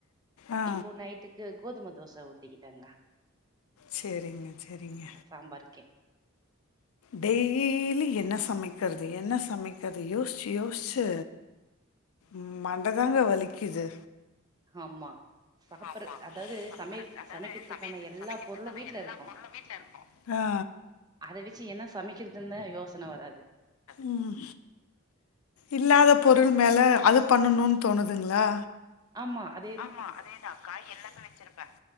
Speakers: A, on the left (about 80°); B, on the right (about 20°).
A: ஆ
B: இப்போ நைட்டுக்கு கோதும தோச ஊத் திக்கிட்டங்க
A: சேரிங்க சேரிங்க
B: சாம்பாருக்கே
A: டெய் ய்லி என்ன சமைக்கிறது என்ன சமைக்கிறது யோசுச்சு யோசுச்சு ம் மண்ட தாங்க வலிக்குது
B: ஆமா சாப்பற
A: ஆமா
B: அதாவது
A: சப்புட்ற
B: சமையத்
A: அதாவ்து
B: சமைக்கிறதுக்கான
A: சமையத்துக்கு
B: எல்லா
A: சமைக்கிறதுக்கான
B: பொருளு வீட்ல
A: எல்லா
B: இருக்கு
A: பொருளு வீட்ல இருக்கு ஆ
B: அத வெச்சு என்ன சமைக்கிறதுன் தா யோசன வராது
A: ம் இல்லாத பொருள் மேல அத பண்ணணுன் தோணுதுங்களா
B: ஆமா அத்
A: ஆமா அதேதா காய் எல்லாமே வெச்சிருப்பே